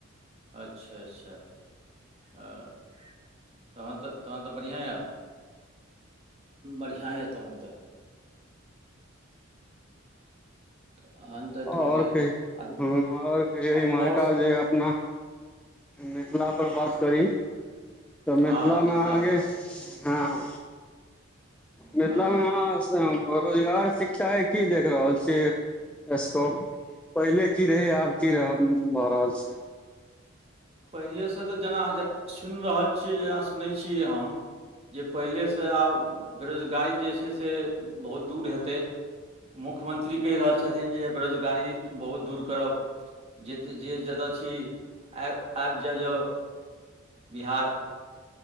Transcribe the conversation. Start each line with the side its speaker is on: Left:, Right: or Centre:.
Right: अच्छा- अच्छा ह। तहन तऽ तहन तऽ बढ़िआँ यऽ बढ़िआँ यऽ तहन तऽ। तहन तऽ ठीक
Centre: और
Right: यऽ
Centre: कहीयौ
Right: आ
Centre: और कहीं
Right: आओर
Centre: इम्हरका जे अपना मिथिला पर बात करी, तऽ
Right: हाँ,
Centre: मिथिला में अहाँके
Right: पर
Centre: हँ मिथिला
Right: हाँ,
Centre: मे आंहा बरोजगार शिक्षा के की देख रहल छियै। स्कॉप पहिले की रहै, आब की भऽ रहल छै।
Right: पहिलेसँ तऽ जेनााँ सुनि रहल छियै जेना सुनै छियै हम। जे पहिलेसँ आब बेरोजगारी जे छै, से बहुत दूर हेतै। मुख्यमन्त्री कहि रहल छथिन जे बेरोजगारी बहुत दूर करब। जेते जे जतय छी आ आबि जाइ जाउ बिहार।